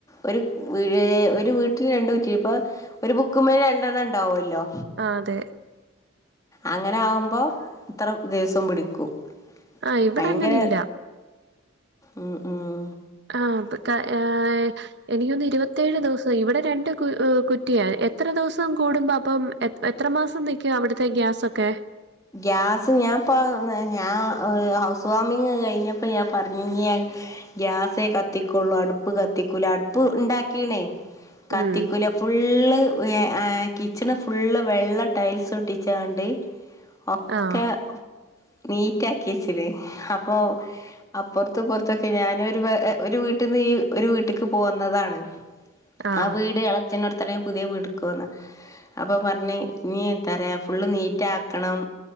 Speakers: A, on the left; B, on the right.
A: ഒരു ഒരു വീട്ടിൽ രണ്ട കുറ്റി ഇപ്പൊ ഒരു ബുക്ക്മേൽ രണ്ടെണ്ണം ഉണ്ടാവുമല്ലോ
B: ആ അതെ
A: അങ്ങനെ ആകുമ്പോ ഇത്ര ദിവസം പിടിക്കും
B: ആ ഇവിടെ
A: ഭയങ്കര
B: അങ്ങനെ ഇല്ല
A: ഉ ഉം
B: ആഹ അപ്പൊ ഏ എനിക്കൊന്ന് ഇരുപത്തേഴ് ദിവസം ഇവിടെ രണ്ട് കുട്ടിയാണ് എത്ര ദിവസം കൂടുമ്പോ അപ്പം എ എത്ര മാസം നിൽക്കും അവിടുത്തെ ഗ്യാസൊക്കെ
A: ഗ്യാസ് ഞാൻപ്പ ഞാൻ ഹൗസ് വാമിങ് കഴിഞ്ഞപ്പോ ഞാൻ പറഞ്ഞ ഗ്യാസേ കത്തിക്കൊള്ളൂ അടുപ്പ് കത്തിക്കുല അടുപ്പ് ഉണ്ടാക്കീണേ കത്തിക്കുല
B: ഉം
A: ഫുള്ള് കിച്ചണ് ഫുള്ള് വെള്ള ടൈൽസ് ഒട്ടിച്ച കൊണ്ട് ഒക്കെ
B: ആഹ്
A: നീറ്റ ആക്കി വച്ചിത് അപ്പൊ അപ്പുറത്ത് പുറത്തൊക്കെ ഞൻ ഒരു ഒരു വീട്ടിൽന്ന് ഈ ഒരു വീട്ടേക്ക് പോകുന്നതാണ്
B: ആഹ്
A: ആ വീട് ഇളച്ചനോട്ത്തന്നെ പുതിയ വീട്ക്കന്ന അപ്പോൾ പറഞ്ഞ് ഇനി എന്താ പറയാ ഫുള്ള് നീറ്റ ആക്കണം